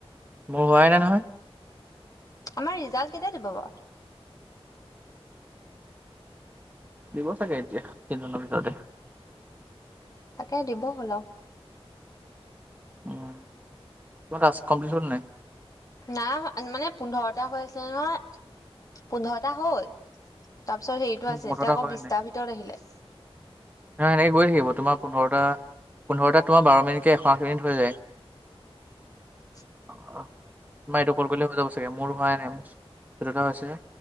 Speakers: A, on the right; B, on the left.
A: মোৰ হোৱাই নাই নহয়।
B: আমাৰ ৰিজাল্ট কেতিয়া দিব বাৰু?
A: দিব চাগে এতিয়া, এই দুদিনৰ ভিতৰতে।
B: তাকে দিব হ'ল আৰু।
A: উম। তোৰ টাস্ক কমপ্লিট হল নে নাই?
B: নাই হোৱা মানে পোন্ধৰটা হৈ আছিলে নহয়, পোন্ধৰটা হ'ল। তাৰপিছত হেৰিটো
A: মোৰ
B: আছে,
A: পোন্ধৰটা
B: এতিয়া আকৌ
A: হোৱাই
B: বিছটাৰ
A: নাই
B: ভিতৰত আহিলে।
A: নহয় সেনেকৈ গৈ থাকিব, তোমাৰ পোন্ধৰটা পোন্ধৰটা তোমাৰ বাৰ মিনিট কে এশ আশী মিনিট হৈ যায়।
B: <inaudible>
A: <inaudible> তোমাৰ এইটো কল কৰিলে হৈ যাব চাগে, মোৰ হোৱাই নাই। মোৰ দুটা হৈছেহে,